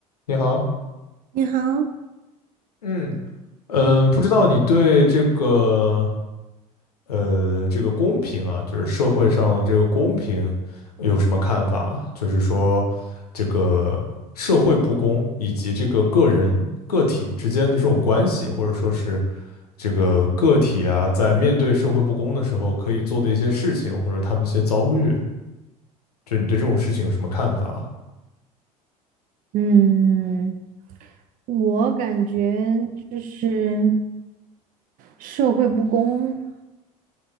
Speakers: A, on the left; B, on the right.
A: 你好，
B: 你好，
A: 嗯，嗯，不知道你对这个呃这个公平啊，就是社会上的这个公平有什么看法啊？就是说这个社会不公以及这个个人个体之间的这种关系，或者说是这个个体啊，在面对社会不公的时候可以做的一些事情，或者他们一些遭遇，就你对这种事情有什么看法啊？
B: 嗯，我感觉就是社会不公，